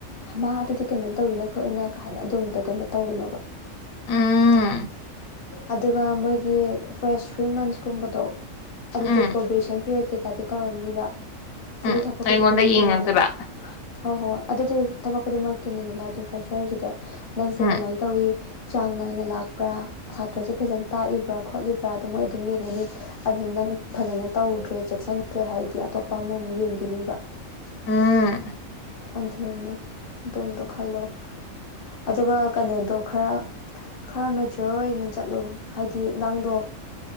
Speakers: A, on the left; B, on the left.
A: ꯃꯥ ꯑꯗꯨꯗꯤ ꯀꯩꯅꯣꯝ ꯇꯧꯔꯤꯅ ꯈꯣꯠꯂꯤꯅ ꯀꯥꯏꯅ ꯑꯗꯨꯝꯕꯗꫭ ꯀꯩꯝꯇ ꯇꯧꯔꯨꯅꯣꯕ
B: ꯎꯝ
A: ꯑꯗꯨꯒ ꯃꯣꯏꯒꯤ ꯐꯥꯔꯁ ꯊ꯭ꯔꯤ ꯃꯟꯁꯀꯨꯝꯕꯗꯣ ꯑꯗꯨꯗꯤ
B: ꯎꯝ
A: ꯄ꯭ꯔꯣꯕꯦꯁꯟ ꯄꯤꯔꯛꯀꯦ ꯇꯥꯏꯞꯇ ꯇꯧꯔꯝꯅꯤꯕ ꯁꯤꯗꯤ
B: ꯎꯝ
A: ꯊꯕꯛ
B: ꯑꯩꯉꯣꯟꯗ
A: ꯈꯨꯗꯤꯡꯃꯛꯀꯤꯅ‌ꯦꯅ
B: ꯌꯦꯡꯉꯛꯇꯣꯏꯕ
A: ꯍꯣꯏ ꯍꯣꯏ ꯑꯗꯨꯗꯤ ꯊꯕꯛ ꯈꯨꯗꯤꯡꯃꯛꯀꯤꯅꯤꯗꯅ ꯑꯗꯨ ꯐ꯭ꯔꯦꯁꯔꯁꯤꯗꯤ ꯅꯪꯁꯦ
B: ꯎꯝ
A: ꯀꯃꯥꯏꯅ ꯇꯧꯋꯤ ꯆꯥꯡ ꯅꯥꯏꯅ ꯂꯥꯛꯄ꯭ꯔꯥ ꯁꯥꯇ꯭ꯔꯁꯦ ꯐꯖꯅ ꯇꯥꯛꯏꯕ꯭ꯔꯥ ꯈꯣꯠꯂꯤꯕ꯭ꯔꯥ ꯑꯗꯨ ꯃꯣꯏ ꯑꯗꯨꯝ ꯌꯦꯡꯉꯅꯤ ꯑꯗꯨ ꯅꯪ ꯐꯖꯅ ꯇꯧꯗ꯭ꯔꯦ ꯆꯦꯛꯁꯤꯟꯗ꯭ꯔꯦ ꯍꯥꯏꯔꯗꯤ ꯑꯇꯣꯞꯄ ꯑꯃꯃꯨꯛ ꯌꯦꯡꯈꯤꯅꯤꯕ
B: ꯎꯝ
A: ꯑꯗꯨꯗꯨꯅ ꯑꯗꯣ ꯑꯝꯇꯥ ꯈꯜꯂꯣ ꯑꯗꯨꯒ ꯀꯩꯅꯣꯗꯣ ꯈꯔ ꯈꯔ ꯃꯦꯆꯌꯣꯔ ꯑꯣꯏꯅ ꯆꯠꯂꯨ ꯍꯥꯏꯗꯤ ꯅꯪꯗꯣ